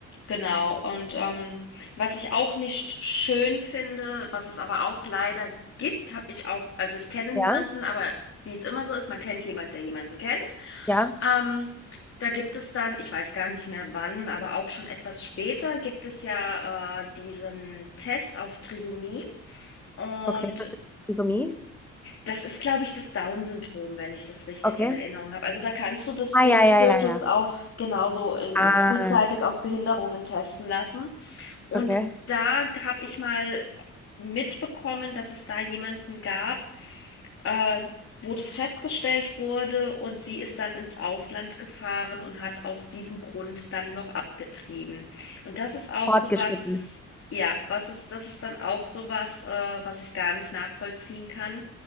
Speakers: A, on the left; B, in the centre.
A: Genau, und ähm, was ich auch nicht schön finde, was es aber auch leider gibt, habe ich auch, also ich kenne niemanden,
B: ja,
A: aber wie es immer so ist, man kennt jemanden, der jemanden kennt.
B: ja,
A: Ähm, da gibt es dann, ich weiß gar nicht mehr wann, aber auch schon etwas später gibt es ja äh, diesen Test auf Trisomie. Und
B: Okay, das ist Trisomie.
A: das ist, glaube ich, das Down-Syndrom, wenn ich das richtig
B: Okay.
A: in Erinnerung habe. Also da kannst du das,
B: Ah,
A: den
B: ja, ja,
A: Fötus
B: ja, ja.
A: auf genauso äh,
B: Ah,
A: frühzeitig auf Behinderungen testen lassen. Und
B: Okay.
A: da habe ich mal mitbekommen, dass es da jemanden gab, äh, wo das festgestellt wurde und sie ist dann ins Ausland gefahren und hat aus diesem Grund dann noch abgetrieben. Und das ist auch
B: fortgeschritten.
A: sowas, ja, was ist, das ist dann auch sowas, äh, was ich gar nicht nachvollziehen kann